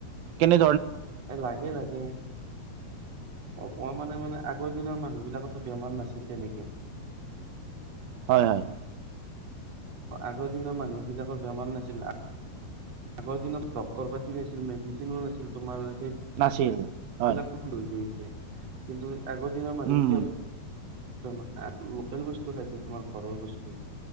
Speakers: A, on the right (about 75°); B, on the right (about 45°).
A: কেনে
B: এ'লাগে -লাগে অকমানে মানে আগত দিনৰ মানুহ বিলাকৰতো বেমাৰ নাছিল তেনেকে।
A: হয়-হয়।
B: আগৰ দিনৰ মানুহবিলাকৰ বেমাৰ নাছিল। আগৰ দিনত ডক্টৰৰ পাতি নাছিল, মেডিচিনো নাছিল তোমাৰ সেই
A: নাছিল।
B: <unintelligible>
A: হয়
B: <unintelligible> কিন্তু আগৰ দিনৰ মানে
A: উম
B: কি হল। <unintelligible> লোকেল বস্তু খাইছিল তোমাৰ ঘৰৰ বস্তু।